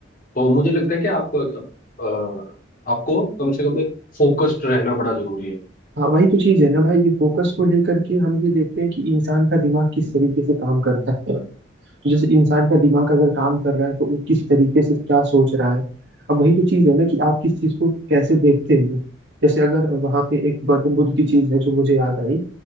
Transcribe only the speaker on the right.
हाँ वही तो चीज है ना भाई ये फोकस को लेकर के हम ये देखते हैं कि इंसान का दिमाग किस तरीके से काम करता है तो जैसे इंसान का दिमाग अगर काम कर रहा है तो वो किस तरीके से क्या सोच रहा है अब वही तो चीज है ना कि आप किस चीज को कैसे देखते हो जैसे अगर वहां पे एक गौतम बुद्ध की चीज है जो मुझे याद आई